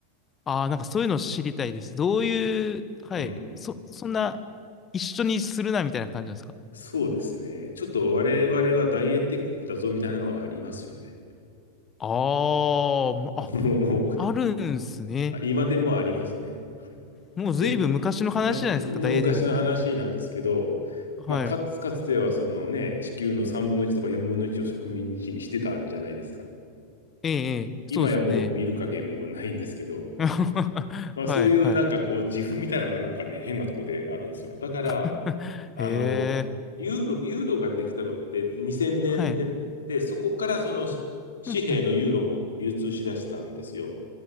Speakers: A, on the left; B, on the left.
A: ああ、なんかそういうの知りたいです。どういう、はい。
B: うん。
A: そ、そんな、一緒にするなみたいな感じなんですか
B: そうですね。ちょっと我々は大英帝国だぞみたいなのはありますよね。
A: あーまあ、
B: <laughs> もう、もう、
A: あるんすね。
B: あ今でもありますね。
A: もうずいぶん昔の話じゃないですか、
B: よ、あの昔の話なんですけど、
A: 大英帝国って。はい。
B: まあ、かつ、かつてはそのね、地球の3分の1とか4分の1を植民地にしてたんじゃないですか。
A: ええ、ええ、
B: 今やもう見る影もないんですけど、
A: そうですよね。<laughs> はい、
B: まあ、そういうなんかこう、
A: はい。
B: 自負みたいなのがなんかね、変なとこであるんですよ。だから、
A: <laughs>
B: あの、
A: へえ、
B: ユーロ、ユーロができたのって2000年じゃで、
A: はい。
B: そこからそのし紙幣のユーロも流通しだしたんですよ。
A: うんうん。